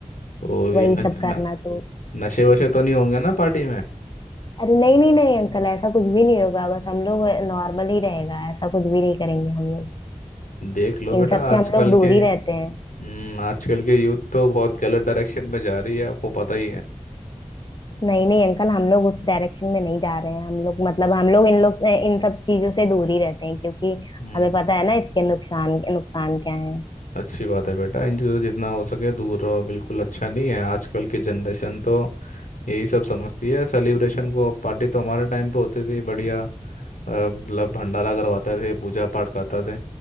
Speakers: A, on the left; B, on the left.
A: तो ये
B: वही
A: नश,
B: सब करना
A: न,
B: तो
A: नशे वशे तो नहीं होंगे ना पार्टी में
B: अरे नहीं नहीं नहीं अंकल ऐसा कुछ भी नहीं होगा बस हम लोग नॉर्मल ही रहेगा ऐसा कुछ भी नहीं करेंगे हम लोग
A: देख लो बेटा
B: इन सब से
A: आजकल
B: हम लोग दूर
A: के
B: ही रहते हैं
A: हम्म आजकल के यूथ तो बहुत गलत डायरेक्शन में जा रही है आपको पता ही है
B: नहीं नहीं अंकल हम लोग उस डायरेक्शन में नहीं जा रहे हैं हम लोग मतलब हम लोग इन लोग से- इन सब चीजों से दूर ही रहते हैं क्योंकि
A: हम्म
B: हमें पता है ना इसके नुकसान नुकसान क्या है
A: अच्छी बात है बेटा इनसे तो जितना हो सके दूर रहो बिल्कुल अच्छा नहीं है आजकल की जनरेशन तो यही सब समझती है सेलिब्रेशन को पार्टी तो हमारे टाइम पे होती थी बढ़िया अ, मतलब भंडारा करवाते थे पूजा पाठ करते थे